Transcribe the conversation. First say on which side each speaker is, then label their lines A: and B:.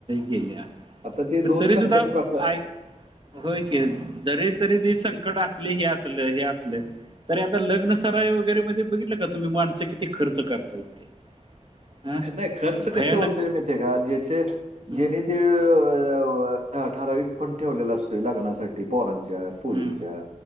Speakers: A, on the right; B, on the right.
A: गेल्या.
B: आता ते
A: पण
B: दोन
A: तरी
B: संकट
A: सुुद्धा
B: प्रकार
A: आई. होय की जरी तरी त संकट असली हे असले हे असले तर आता लग्न सराई वगैरे मध्ये बघितल का तुम्ही माणसं किती खर्च करताय ते हा
B: नाही खर्च
A: भयानक
B: कसं होतय माहिती आहे का ज्याचे
A: हम्म
B: जेने ते अ अ अ व ठ ठराविक फंड ठेवलेला असतोय लग्नासाठी. पोरांच्या पोरींच्या
A: हम्म